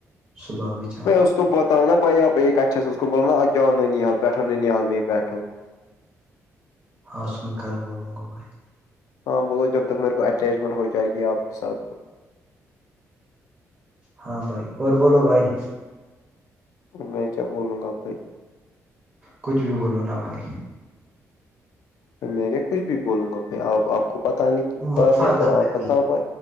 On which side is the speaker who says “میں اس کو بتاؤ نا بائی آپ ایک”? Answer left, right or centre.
Left